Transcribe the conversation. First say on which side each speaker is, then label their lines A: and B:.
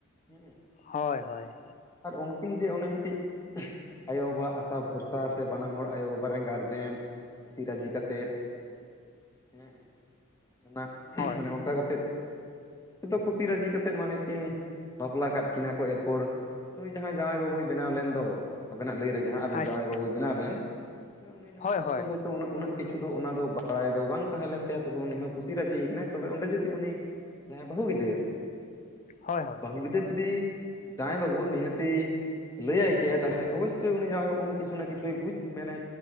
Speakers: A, on the left; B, on the left.
A: ᱦᱮᱸ᱾
B: ᱦᱚᱭ, ᱦᱚᱭ,
A: ᱟᱨ ᱩᱱᱠᱤᱱ ᱡᱮ ᱚᱱᱮ ᱢᱤᱫᱴᱤᱡ ᱟᱭᱳᱼᱵᱟᱵᱟᱣᱟᱜ ᱟᱥᱟ ᱵᱷᱚᱨᱥᱟ ᱥᱮ ᱵᱟᱱᱟ ᱦᱚᱲ ᱟᱭᱳᱼᱵᱟᱵᱟ ᱨᱮᱱ ᱜᱟᱨᱡᱮᱱ ᱠᱩᱥᱤ ᱨᱟᱹᱡᱤ ᱠᱟᱛᱮᱫ, ᱦᱮᱸ, ᱚᱱᱟ
B: ᱦᱳᱭ
A: ᱢᱟᱱᱮ ᱚᱱᱠᱟ ᱠᱟᱛᱮᱫ ᱱᱤᱛᱚ ᱠᱩᱥᱤ ᱨᱟᱹᱡᱤ ᱠᱟᱛᱮᱫ ᱢᱟᱱᱮ ᱠᱤᱱ ᱵᱟᱯᱞᱟ ᱠᱟᱫ ᱠᱤᱱᱟᱹ ᱠᱚ, ᱮᱨᱯᱚᱨ ᱱᱩᱭ ᱡᱟᱦᱟᱸᱭ ᱡᱟᱶᱟᱭ ᱵᱟᱹᱵᱩᱭ ᱵᱮᱱᱟᱣ ᱞᱮᱱᱫᱚ, ᱟᱵᱮᱱᱟᱜ ᱞᱟᱹᱭ ᱨᱮ ᱡᱟᱦᱟᱸ ᱟᱵᱮᱱ
B: ᱟᱪᱪᱷᱟ
A: ᱡᱟᱶᱟᱭ ᱵᱟᱹᱵᱩᱭ ᱵᱮᱱᱟᱣ ᱞᱮᱱ, ᱩᱱᱤ ᱡᱟᱢᱟᱭ
B: ᱦᱳᱭ
A: ᱵᱟ.
B: ᱦᱳᱭ
A: ᱵᱩ ᱫᱚ ᱦᱳ ᱛᱚ ᱚᱱᱟ ᱩᱱᱟᱹᱜ ᱩᱱᱟᱹᱜ ᱠᱤᱪᱷᱩ ᱫᱚ ᱚᱱᱟ ᱫᱚ ᱵᱟᱲᱟᱭ ᱫᱚ ᱵᱟᱝ ᱛᱟᱦᱮᱸ ᱞᱮᱱ ᱛᱟᱭᱟ᱾ ᱛᱚᱵᱮ ᱩᱱᱤ ᱦᱚᱸ ᱠᱩᱥᱤ ᱨᱟᱹᱡᱤᱭᱮ ᱠᱟᱱᱟᱭ, ᱛᱚᱵᱮ ᱚᱸᱰᱮ ᱡᱩᱫᱤ ᱩᱱᱤ ᱡᱟᱦᱟᱸ ᱵᱟᱹᱦᱩ ᱜᱤᱫᱟᱽᱹᱨ,
B: ᱦᱳᱭ ᱦᱳᱭ
A: ᱵᱟᱹᱦᱩ ᱜᱤᱫᱟᱹᱨ ᱡᱩᱫᱤ ᱡᱟᱶᱟᱭ ᱵᱟᱹᱵᱩ ᱱᱤᱦᱟᱹᱛᱤ ᱞᱟᱹᱭᱟᱭ ᱠᱮᱟᱭ ᱛᱟᱦᱚᱞᱮ ᱚᱵᱚᱥᱚᱭ ᱩᱱᱤ ᱡᱟᱶᱟᱭ ᱵᱟᱹᱵᱩ ᱠᱤᱪᱷᱩ ᱠᱤᱪᱷᱩᱭ ᱵᱩᱡ᱾ ᱢᱟᱱᱮ